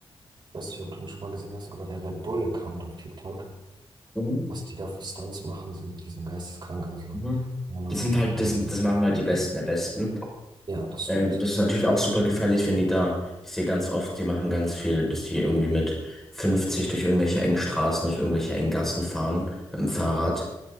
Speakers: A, on the right; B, in the centre.
A: weiß nicht, ob du ihn schon mal gesehen hast, aber der Red Bull-Account auf TikTok,
B: Mhm.
A: was die da für Stunts machen, sind, die sind geisteskrank, also,
B: Mhm.
A: keine
B: Das
A: Ahnung.
B: sind halt,
A: ähm,
B: das sind, das machen halt die Besten der Besten.
A: ja, das stimmt.
B: Ähm, das ist natürlich auch super gefährlich, wenn die da, ich sehe ganz oft, die machen ganz viel, dass die irgendwie mit 50 durch irgendwelche engen Straßen, durch irgendwelche engen Gassen fahren, mit dem Fahrrad.